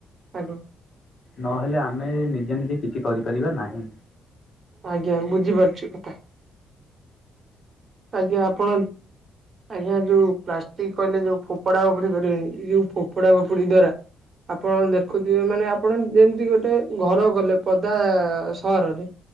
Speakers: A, on the right; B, on the left.
A: ଆଜ୍ଞା।
B: ନହେଲେ ଆମେ ନିଜେ ନିଜେ କିଛି କରିପାରିବା ନାହିଁ।
A: ଆଜ୍ଞା ବୁଝିପାରୁଛୁ କଥା। ଆଜ୍ଞା ଆପଣ ଆଜ୍ଞା ଯୋଉ ପ୍ଲାଷ୍ଟିକ କହିଲେ ଯୋଉ ଫୋପଡା ଫୋଫୁଡି କରିବେନି ଏହି ଫୋପଡା ଫୋଫୁଡି ଦ୍ଵାରା ଆପଣ ଦେଖୁଥିବେ ମାନେ ଆପଣ ଯେମିତି ଗୋଟେ ଘର କଲେ ପଦା ସହରରେ